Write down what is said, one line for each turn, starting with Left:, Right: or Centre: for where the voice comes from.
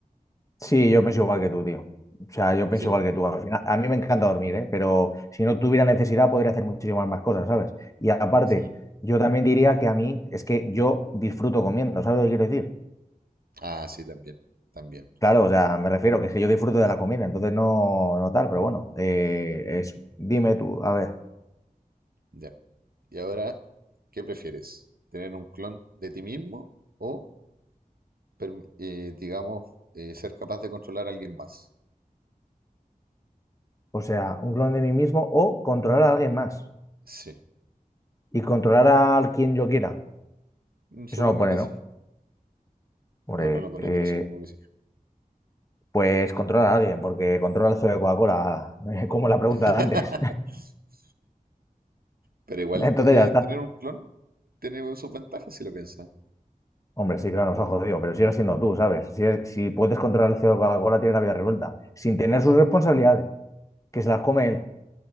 Left: Sí, yo pienso igual que tú, tío. O sea, yo pienso
Right: ¿Sí?
Left: igual que tú. Al final, a mí me encanta dormir, ¿eh? Pero si no tuviera necesidad, podría hacer muchísimas más cosas, ¿sabes? Y aparte,
Right: Sí.
Left: yo también diría que a mí es que yo disfruto comiendo, ¿sabes lo que quiero decir?
Right: Ah, sí, también, también.
Left: Claro, o sea, me refiero que es que yo disfruto de la comida, entonces no, no tal, pero bueno, eh, eso. Dime tú, a ver,
Right: Ya. Y ahora, ¿qué prefieres? ¿Tener un clon de ti mismo o, permi- eh, digamos, eh, ser capaz de controlar a alguien más?
Left: o sea, un clon de mí mismo o controlar a alguien más
Right: Sí.
Left: y controlar a quien yo quiera.
Right: Mm, Supongo
Left: Eso no lo pone,
Right: que
Left: ¿no?
Right: sí.
Left: Hombre,
Right: No, no lo pone,
Left: eh,
Right: pero supongo que sí.
Left: pues controlar a alguien, porque controla el CEO de Coca-Cola, <laughs> como la pregunta
Right: <laughs>
Left: de antes. <laughs>
Right: Pero igual
Left: Entonces
Right: eh,
Left: ya está.
Right: tener un clon tiene sus ventajas si lo piensas.
Left: Hombre, sí, claro, nos ha jodido, pero sigue siendo tú, ¿sabes? Si, es- si puedes controlar el CEO de Coca-Cola, tienes la vida resuelta, sin tener sus responsabilidades, que se las come él.